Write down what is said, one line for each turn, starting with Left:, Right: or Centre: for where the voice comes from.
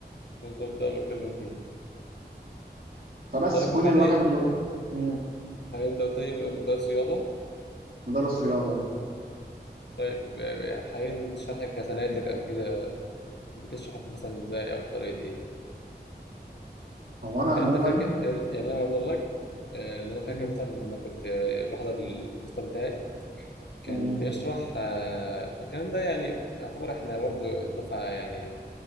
Left: بالظبط ده اللي بتكلم فيه
Right: فبس
Left: طيب
Right: كون
Left: وحاليا
Right: الواحد مد... مم،
Left: حاليا انت قلت لي مدرس رياضة
Right: مدرس رياضة آه.
Left: طيب ب- حاليا شرحك كسناتر او كده بتشرح مثلا ازاي او بطريقة ايه
Right: هو انا
Left: انت
Right: عموما
Left: فاكر يعني انا اقول لك آه، ان انا فاكر
Right: مم،
Left: مثلا لما كنت آه، بحضر المستر بتاعي كان
Right: مم،
Left: بيشرح آه، الكلام ده يعني يعتبر احنا برضو دفعة يعني